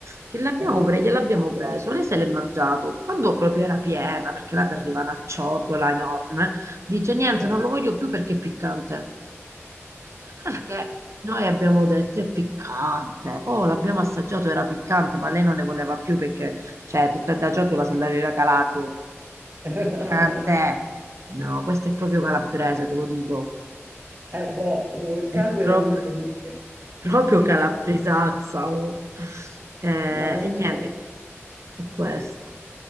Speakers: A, on the right; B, on the right.
A: Che l'abbiamo
B: eh,
A: preso, gliel'abbiamo preso, lei se l'è mangiato, quando proprio era piena, perché là ti arriva una ciotola enorme, dice niente,
B: eh.
A: non lo voglio più perché è piccante. Ah, Perché noi abbiamo detto è piccante, oh l'abbiamo assaggiato, era piccante, ma lei non ne voleva più perché, cioè, tutta da ciotola se l'aveva calato.
B: <laughs>
A: Piccante! No, questo è proprio calabrese, te lo dico.
B: Eh, beh, il
A: È
B: sangue
A: proprio,
B: non mente,
A: proprio
B: perfetto,
A: calabresazza. oh. Eh,
B: no, eh,
A: e niente,
B: sì.
A: è questo.